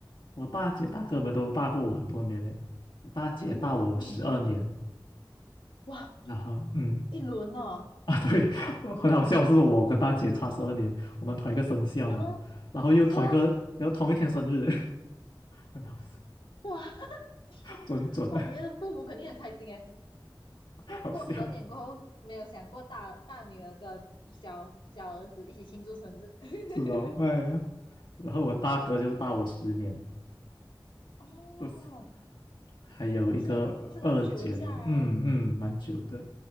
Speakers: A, on the left; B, on the left.
A: 我大姐大哥们都大过我很多年嘞。我大姐大我十二年，
B: 嗯，哇，
A: 然后嗯。
B: 一轮哦，
A: <laughs> 啊，对，<laughs> 很好笑，是我跟大姐差十二年，我们同一个生肖嘛，
B: 然后
A: 然后又同一个，
B: 是哦，
A: 然后同一天生日，<laughs> 很好笑，
B: 哇 <laughs>
A: <laughs> 准准的，
B: 哇，你的父母肯定很开心诶。
A: <laughs> 好笑，
B: 过十二点过后，没有想过大大女儿跟小小儿子一起庆祝生日。
A: 是哦，哎呀，
B: <laughs>
A: 然后我大哥就大我十年，
B: 哦，
A: 不是，还有一个二姐了，
B: 也是也是很久一下哎。
A: 嗯嗯，蛮久的，